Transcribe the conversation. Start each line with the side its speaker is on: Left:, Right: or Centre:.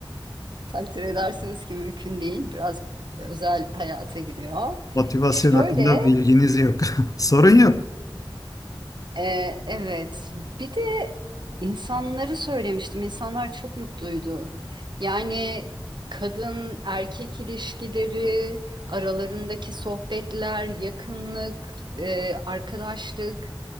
Right: Takdir edersiniz ki mümkün değil. Biraz özel hayata giriyor.
Left: Motivasyon
Right: Şöyle,
Left: hakkında bilginiz yok. <laughs> Sorun yok.
Right: e, evet. Bir de insanları söylemiştim. İnsanlar çok mutluydu. Yani kadın erkek ilişkileri, aralarındaki sohbetler, yakınlık, e, arkadaşlık.